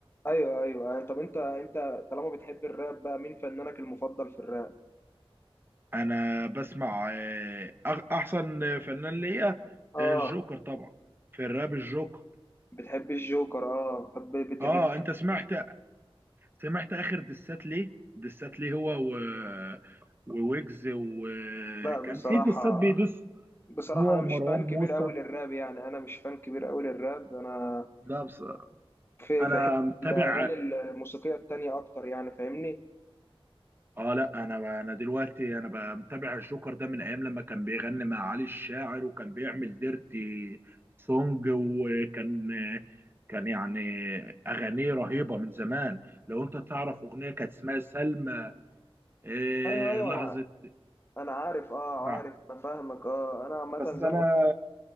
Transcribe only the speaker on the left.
ايوه ايوه يعني طب انت انت طالما بتحب الراب بقى مين فنانك المفضل في الراب
اه
بتحب الجوكر اه طب بت
بت
لا بصراحه
بصراحه
انا
مش فان
كبير قوي للراب يعني انا مش فان كبير قوي للراب انا
في
في حته
الاغاني الموسيقيه التانية اكتر يعني فاهمني
ايوه ايوه
انا انا عارف اه
عارف انا فاهمك اه انا عامه
زي
ما